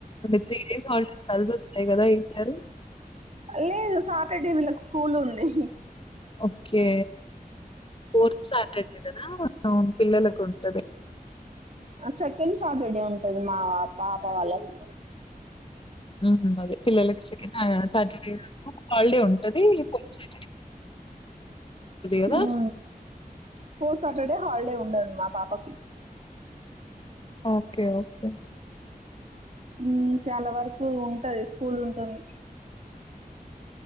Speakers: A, on the left (about 35°); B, on the right (about 50°).
A: త్రీ డేస్ హాలిడేస్ కలిసొచ్చాయి కదా ఈసారి
B: లేదు సాటర్డే వీళ్ళకి స్కూలుంది
A: ఓక్కే ఫోర్త్ శాటర్డే గదా ఊం పిల్లలకుంటది
B: సెకండ్ సాటర్డే ఉంటది మా పాప వాళ్ళకి
A: ఉహు అదే పిల్లలకి సె సాటర్డే హాలిడే ఉంటది కొంచె కదా!
B: ఆ పోర్ సటర్డే హాల్ లే ఉండదు మా పాపకి
A: ఓకే ఓకే
B: ఊ చాలా వరకు ఉంటది స్కూల్ ఉంటుంది